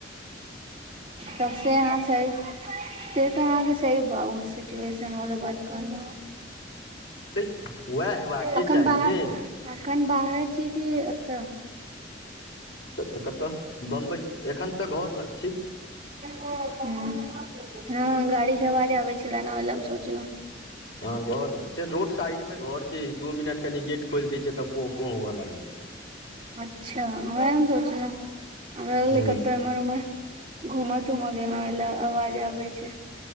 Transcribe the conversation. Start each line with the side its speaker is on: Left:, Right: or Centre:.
Right: तब से आहाँ छैय तै तऽ आहाँके सही बात ओ सिचुएशन वाला बात कहलौ हन।
Left: तऽ उएह हेबाके
Right: अखन
Left: चाही
Right: बाहर
Left: ने।
Right: अखन बाहर छी कि एतऽ?
Left: तऽ कतऽ बम्बइ एखन तऽ घर लग छी।
Right: हूँ हं गाड़ी के आवाज आबै छेला ने ओहिले हम सोचलौं।
Left: हं घर लग छैय रोड साइड में घर छै दू मिनट कनि गेट खोइल दै छैय तऽ पौं -पौं हुए लागै छैय।
Right: अच्छा वएह हम सोचलौं हमरा भेलइ
Left: हूँ
Right: कतऽ एम्हर -उम्हर घूमऽ- तूमऽ गेलों एैले आवाज आबे छैय।